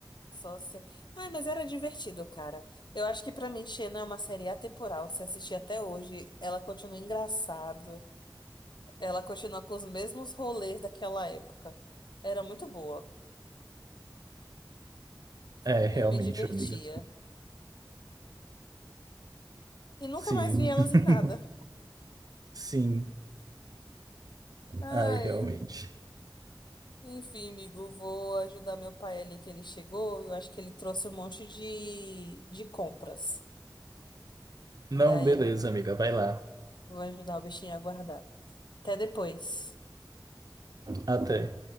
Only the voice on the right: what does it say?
É, realmente,
amiga.
Sim,
<laughs>
sim,
ai, realmente.
Não,
beleza, amiga, vai lá.
Até.